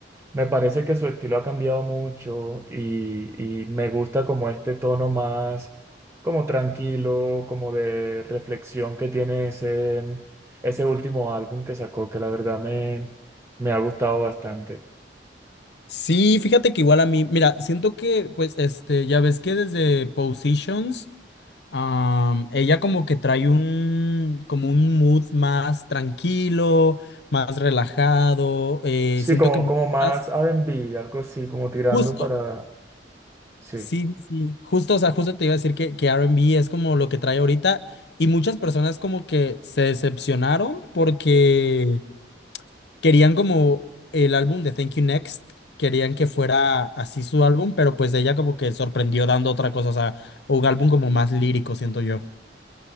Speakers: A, on the right; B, on the left.
A: me parece que su estilo ha cambiado mucho y, y me gusta como este tono más como tranquilo, como de reflexión que tiene ese, ese último álbum que sacó, que la verdad me, me ha gustado bastante.
B: Sí, fíjate que igual a mí, mira, siento que, pues, este, ya ves que desde Positions. Am, ella como que trae un, como un mood más tranquilo, más relajado. eh,
A: Sí,
B: siento
A: como,
B: que
A: como
B: estás
A: más R&B, algo así, como tirando
B: justo,
A: para... Sí.
B: sí, sí, justo, o sea, justo te iba a decir que, que R&B es como lo que trae ahorita y muchas personas como que se decepcionaron porque querían como el álbum de Thank You Next, querían que fuera así su álbum, pero pues ella como que sorprendió dando otra cosa, o sea, un álbum como más lírico, siento yo.